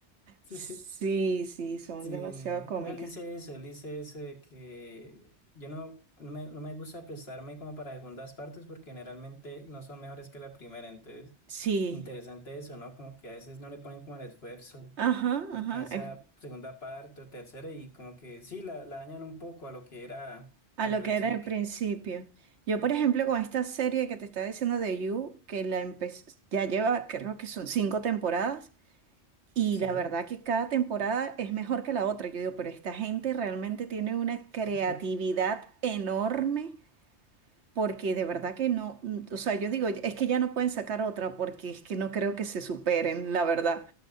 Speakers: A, on the left; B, on the right.
A: <laughs>
B: Sí, sí, son
A: Sí,
B: demasiado cómicas.
A: no, él dice eso, él dice eso de que yo no, no me, no me gusta prestarme como para segundas partes porque generalmente no son mejores que la primera, entonces
B: Sí,
A: interesante eso, ¿no? Como que a veces no le ponen como el esfuerzo
B: ajá, ajá,
A: a esa
B: es
A: segunda parte o tercera y como que sí, la, la dañan un poco a lo que era
B: a
A: al
B: lo
A: principio.
B: que era el principio. Yo, por ejemplo, con esta serie que te estaba diciendo de You, que la empecé, ya lleva, creo que son cinco temporadas, y la
A: Sí,
B: verdad que cada temporada es mejor que la otra. Yo digo, pero esta gente realmente tiene una
A: sí,
B: creatividad
A: sí.
B: enorme Porque de verdad que no, mm, o sea, yo digo, es que ya no pueden sacar otra porque es que no creo que se superen, la verdad.